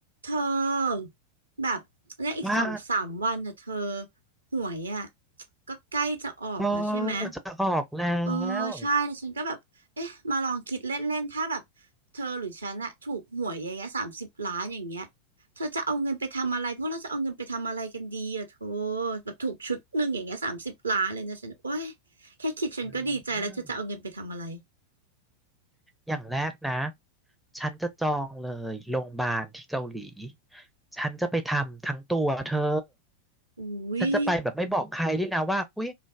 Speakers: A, on the right (about 75°); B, in the centre.
A: เธอแบบและอีกสองสามวันน่ะเธอ
B: ว่า
A: หวยอ่ะก็ใกล้จะออกแล้วใช่ไหม
B: เออจะออกแล้
A: เออใช่แล้วฉันก็แบบเอ๊ะมาลองคิดเล่นๆถ้าแบบ
B: ว
A: เธอหรือฉันอะถูกหวยอย่างเงี้ยสามสิบล้านอย่างเงี้ยเธอจะเอาเงินไปทำอะไรพวกเราจะเอาเงินไปทำอะไรกันดีอะเธอแบบถูกชุดหนึ่งอย่างเงี้ยสามสิบล้านเลยนะฉันโอ้ยแค่คิดฉันก็ดีใจแล้วเธอจะเอาเงินไปทำอะไร
B: อืมอย่างแรกนะฉันจะจองเลยโรงพยาบาลที่เกาหลีฉันจะไปทำทั้งตัวเธอ
A: อุ้ย
B: ฉันจะไปแบบไม่บอกใครด้วยนะว่าอุ๊ย